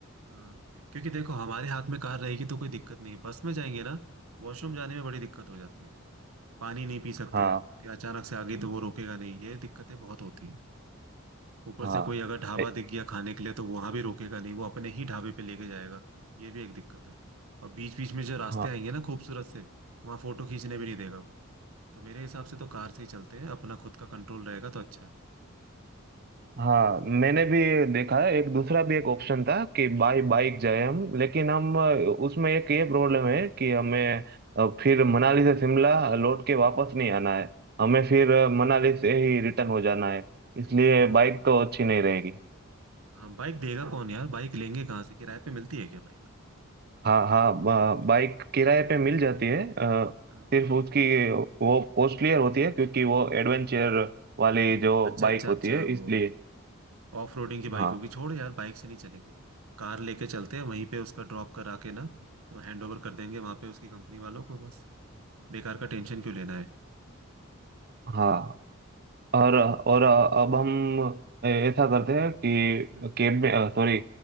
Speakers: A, on the right; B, on the right.
A: हाँ क्योंकि देखो हमारे हाथ में कार रहेगी तो कोई दिक्कत नहीं है बस में जाएंगे ना वॉशरूम जाने में बड़ी दिक्कत हो जाती है पानी नहीं पी सकते
B: हाँ
A: कि अचानक से आ गई तो वो रोकेगा नहीं ये दिक्कतें बहुत होती हैं ऊपर
B: हाँ
A: से कोई अगर ढाबा
B: ए,
A: दिख गया खाने के लिए तो वहां भी रोकेगा नहीं वो अपने ही ढाबे पे लेके जाएगा ये भी एक दिक्कत है और बीच बीच में जो रास्ते
B: हाँ
A: आएंगे ना खूबसूरत से वहां फोटो खींचने भी नहीं देगा वो तो मेरे हिसाब से तो कार से ही चलते हैं अपना खुद का कंट्रोल रहेगा तो अच्छा है
B: हाँ मैंने भी देखा है एक दूसरा भी एक ऑप्शन था कि बाई बाइक
A: हम्म
B: जाए हम लेकिन हम अ, उसमें एक ये प्रॉब्लम है कि हमें अ, फिर मनाली से शिमला लौट के वापस नहीं आना है हमें फिर अ, मनाली से ही रिटर्न हो जाना है इसलिए
A: हाँ
B: बाइक तो अच्छी नहीं रहेगी
A: हाँ बाइक देगा कौन यार बाइक लेंगे कहाँ से किराए पे मिलती है क्या बाइक
B: हाँ हाँ बाइक किराए पे मिल जाती है अ,
A: हाँ,
B: सिर्फ उसकी वो कॉस्टलियर होती है क्योंकि वो एडवेंचर वाली जो
A: अच्छा
B: बाइक
A: अच्छा
B: होती
A: अच्छा
B: है इसलिए
A: वो ऑफ रोडिंग की बाइक
B: हाँ
A: होगी छोड़ यार बाइक से नहीं चलेंगे कार लेके चलते हैं वहीं पे उसका ड्रॉप करा के ना हैंड ओवर कर देंगे वहां पे उसकी कंपनी वालों को बस बेकार का टेंशन क्यों लेना है
B: हाँ और और
A: हम्म
B: अब हम ऐसा करते हैं कि
A: हम्म,
B: कैब में सॉरी